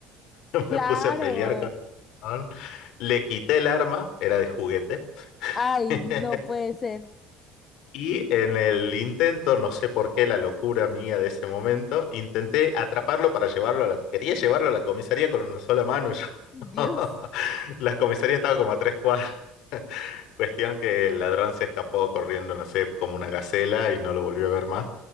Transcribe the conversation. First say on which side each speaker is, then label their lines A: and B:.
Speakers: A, on the left; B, on the left.
A: <laughs>
B: Claro.
A: Me puse a pelear con el ladrón. Le quité el arma, era de juguete.
B: Ay,
A: <laughs>
B: no puede ser.
A: Y en el intento, no sé por qué, la locura mía de ese momento, intenté atraparlo para llevarlo a la... Quería llevarlo a la comisaría con una sola mano. Yo.
B: Dios.
A: <laughs> La comisaría estaba como a tres cuadras. Cuestión que el ladrón se escapó corriendo, no sé, como una gacela y no lo volvió a ver más.